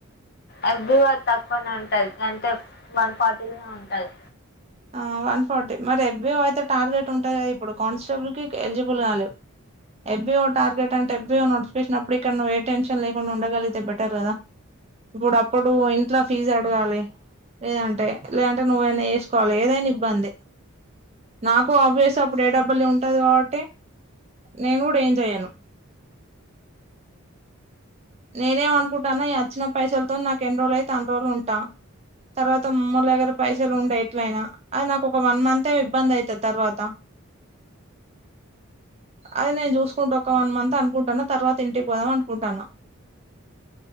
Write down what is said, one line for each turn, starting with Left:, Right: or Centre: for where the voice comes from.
Left: ఎబ్రూవ్ తక్కువనే ఉంటది అంటే వన్ ఫార్టీనే ఉంటది
Right: ఆ వన్ ఫార్టీ మరి ఎబ్రూవ్ అయితే టార్గెట్ ఉంటాయి కదా ఇప్పుడు కానిస్టేబుల్ కి ఎలిజిబుల్ కాలేవ్ ఎబ్బివో టార్గెట్ అంటే ఎబ్బివో నోటిఫికేటినప్పుడు ఇక్కడ నువ్వు ఏ టెన్షన్ లేకుండా ఉండగలిగితే బెటర్ కదా ఇప్పుడు అప్పుడు ఇంట్లో ఫీజు అడగాలి లేదంటే లేదంటే నువ్వేన్ని వ లేదని ఇబ్బంది నాకు ఆబ్వియస్గా అప్పుడు ఏ డబ్ల్యూ ఉంటది కాబట్టి నేను కూడా ఏం చెయను నేనేమనుకుంటాన్న ఈ వచ్చిన పైసలతో నాకు ఎన్ రోజు అయితే అన్ రోజలు ఉంటాను తర్వాత మమ్మ దగ్గర పైసలు ఉంటయి ఎట్లయినా అది నాకు ఒక వన్ మంత్యే ఇబ్బంది అయితది తర్వాత అదే నేను చూసుకుంటూ ఒక వన్ మంత్ అనుకుంటాను తర్వాత ఇంటికి పోదాం అనుకుంటాన్న